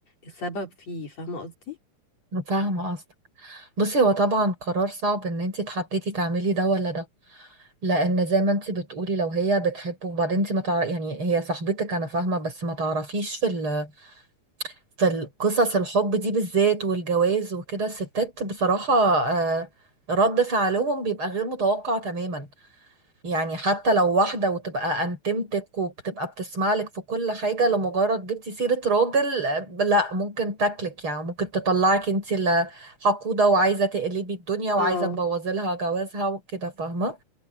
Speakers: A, on the left; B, on the right.
A: السبب فيه فاهمة قصدي؟
B: فاهمة قصدك بصي هو طبعا قرار صعب ان انت تحددي تعملي ده ولا ده لان زي ما انت بتقولي لو هي بتحبه وبعدين انت ما تعرف يعني هي صاحبتك انا فاهمة بس ما تعرفيش في ال... في القصص الحب دي بالذات والجواز وكده الستات بصراحة آه، رد فعلهم بيبقى غير متوقع تماما يعني حتى لو واحدة وتبقى انتمتك وبتبقى بتسمع لك في كل حاجة لمجرد جبتي سيرة راجل آه، لا ممكن تاكلك يعني ممكن تطلعك انت اللي حقودة وعايزة تقلبي الدنيا وعايزة
A: اه
B: تبوظي لها جوازها وكده فاهمة